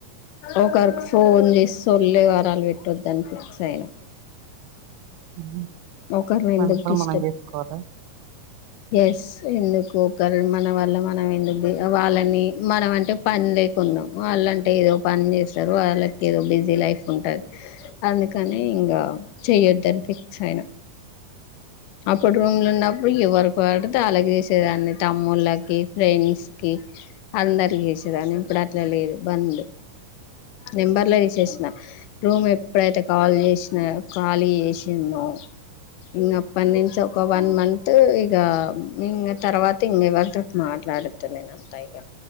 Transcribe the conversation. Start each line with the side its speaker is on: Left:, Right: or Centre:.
Left: ఒకరికి ఫోన్ చెస్ సొల్లు ఎవ్వారాలు పెట్టొద్దాని ఫిక్స్ అయినా
Right: ఉ హు
Left: ఒకరిని
Right: మన
Left: ఎందుకు
Right: పని
Left: డిస్టర్బ్
Right: మనం చేసుకోవాల
Left: ఎస్ ఎందుకు ఒకర్ మన వల్ల మనం ఎందుకు వాళ్ళని మనం అంటే పన్ లేకున్నమో అళ్ళంటే ఏదో పని చేస్తారు వాళ్ళకి ఏదో బిజీ లైఫ్ ఉంటది అందుకని ఇంగ చెయొద్దని ఫిక్స్ అయిన అప్పుడు రూమ్ లో ఉన్నప్పుడు ఎవరికి వడితే అళ్ళకి చేసేదాన్ని తమ్ముళ్ళకి ఫ్రెండ్స్ కి అందరికి చేసేదాని ఇప్పుడు అట్లా లేదు బంద్ నంబర్లె తీసేసిన రూమ్ ఎప్పుడైతే ఖాళీ చేసిన ఖాళీ చేసిన్నో ఇంగ అప్పడుంచి ఒక వన్ మంత్ ఇగ ఇంగ తర్వాత ఇంగ్ ఎవతోటి మాట్ మాట్లాడతలేన్ అంట ఇగ